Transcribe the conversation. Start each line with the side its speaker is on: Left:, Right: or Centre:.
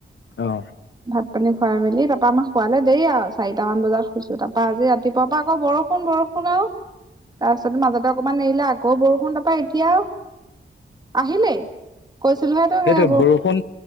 Left: অহ।
Right: ভাত পানী খুৱাই মেলি তা পা আমাক খোৱালে দেই আও চাৰিটামান বজাত শুইছো তাপ পা আজি ৰাতিপুৱা পা আকৌ বৰষুণ বৰষুণ আও। তাছত মাজতে অকমান এৰিলে আকৌ বৰষুণ তা পা এতিয়া আহিলে। কৈছিলোহে তোক
Left: সেইটোৱে
Right: সেয়া
Left: বৰষুণ